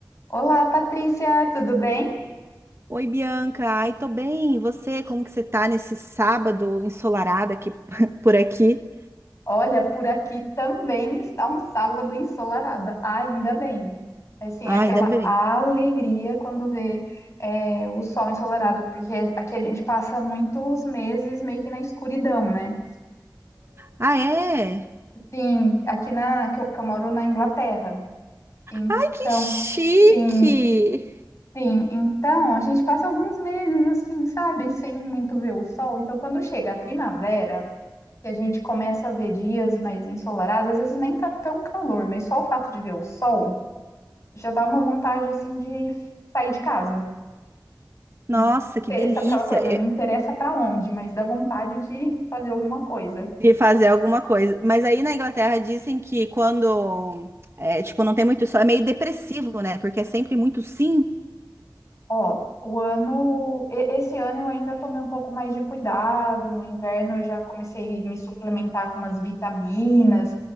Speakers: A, on the left; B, on the right.
A: Olá, Patrícia, tudo bem?
B: Oi, Bianca. Ai, tô bem. E você, como que você tá nesse sábado ensolarado aqui <laughs> por aqui?
A: Olha, por aqui também está um sábado ensolarado, ainda bem. Assim,
B: Ah,
A: aquela
B: ainda bem.
A: alegria quando vê é, o sol ensolarado, porque aqui a gente passa muitos meses meio que na escuridão, né?
B: Ah, é?
A: Sim, aqui na, que eu, que eu moro na Inglaterra. Então,
B: Ai, que chique!
A: sim, sim. Então, a gente passa alguns meses assim, sabe, sem muito ver o sol. Então, quando chega a primavera que a gente começa a ver dias mais ensolarados, às vezes nem tá tão calor, mas só o fato de ver o sol já dá uma vontade assim de sair de casa.
B: Nossa,
A: Não inter-
B: que delícia!
A: Sabe aquela coisa?
B: Eu
A: Não interessa pra onde, mas dá vontade de <laughs> fazer alguma coisa.
B: queria fazer alguma coisa. Mas aí na Inglaterra dizem que quando, é, tipo, não tem muito sol, é meio depressivo, né? Porque é sempre muito cinza.
A: Ó, o ano, e- esse ano eu ainda tomei um pouco mais de cuidado. No inverno eu já comecei a me suplementar com umas vitaminas,